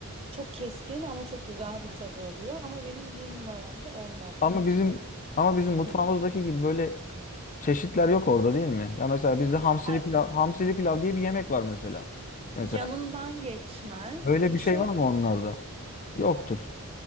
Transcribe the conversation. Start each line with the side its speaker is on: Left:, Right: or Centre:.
Right: Çok keskin ama çok güzel bir tadı oluyor. Ama benim bir numaramda olmaz.
Left: Ama
Right: Ben açıkçası
Left: bizim ama bizim mutfağımızdaki
Right: Hı.
Left: gibi böyle çeşitler yok orada değil mi? Ya mesela bizde hamsili
Right: Ay,
Left: pilav, hamsili pilav diye bir yemek var mesela. Mesela
Right: yanından geçmez.
Left: böyle
Right: Ya şöyle
Left: bir şey var mı onlarda? Yoktur.